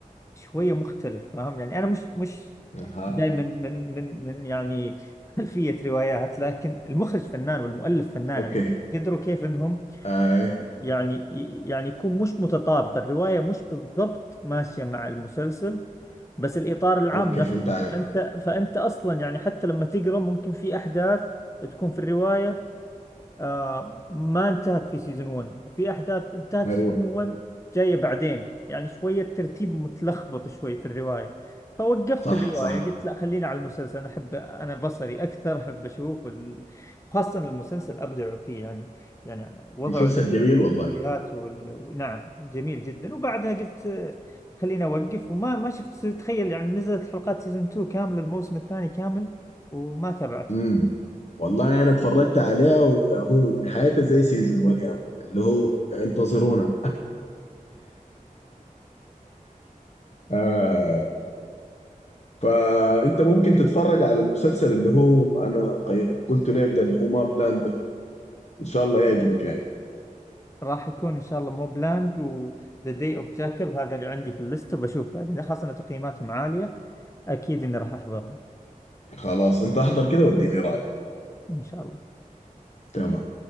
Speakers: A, on the left; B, on the left.
A: شويه مختلف فاهم يعني انا مش مش
B: اها
A: جاي من من من من يعني <laughs> خلفيه روايات لكن المخرج فنان والمؤلف فنان
B: اوكي
A: يعني قدروا كيف انهم
B: اي
A: يعني يعني يكون مش متطابق الرواية مش بالضبط ماشية مع المسلسل بس الإطار العام
B: اوكي
A: نفسه
B: فهمت عليك
A: أنت فأنت أصلا يعني حتى لما تقرأ ممكن في أحداث تكون في الرواية آه ما انتهت في سيزون 1 وفي أحداث انتهت
B: ايوه
A: في سيزون 1 جاية بعدين يعني شوية ترتيب متلخبط شوي في الرواية فوقفت
B: صح
A: الرواية
B: صح
A: قلت لا خلينا على المسلسل أنا أحب أنا بصري أكثر أحب أشوف ال... خاصة المسلسل أبدع فيه يعني يعني وضعه
B: مسلسل جميل والله
A: السيئات وال... نعم جميل جدا وبعدها قلت آه، خليني اوقف وما ما شفت تخيل يعني نزلت حلقات سيزون 2 كامله الموسم الثاني كامل وما تابعت
B: امم والله انا اتفرجت عليه وهو نهايته زي سيزون 1 يا مان، اللي هو انتظرونا آه فانت ممكن تتفرج على المسلسل اللي هو انا قي- قلت لك ده اللي هو ما بلاند ده ان شاء الله يعجبك يعني
A: راح يكون ان شاء الله موب لاند وذا داي اوف جاكل هذا اللي عندي في الليسته بشوف بعدين خاصه ان تقييماتهم عاليه اكيد اني راح احضرهم
B: خلاص انت احضر كده واديني رايك
A: ان شاء الله
B: تمام